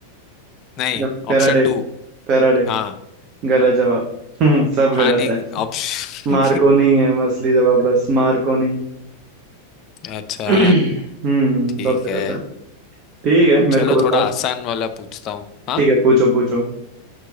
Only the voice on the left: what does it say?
नहीं
Option two
हाँ
हाँ
नहीं
ऑप्शन
<laughs> अच्छा
ठीक
है
चलो
थोड़ा आसान वाला पूछता हूँ हाँ